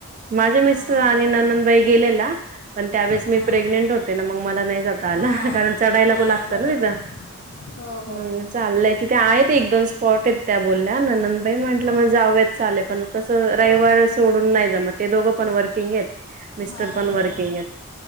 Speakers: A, on the right; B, on the left.
A: माझे
B: हां
A: मिस्टर आणि
B: बरोबर
A: ननदबाई गेलेला. पण त्या वेेळेस मी
B: हां
A: प्रेग्नेंट होते ना मग मला नाही जात आला.
B: हां
A: कारण चढायला
B: हां
A: त लागतात
B: बरोबर
A: ना तिथं
B: हो हो
A: ह चाललंय तिथे आहे
B: हां
A: एकदोनस स्पॉटेत त्या बोलल्या न ननभई म्हंटलं
B: हां
A: मग जावयात चालेल पण कसं रविवार
B: हो
A: सोडून नाही जमत ते दोघं पण वर्किंगेट. मिस्टर
B: हां
A: पण
B: हो
A: वर्किंग आहे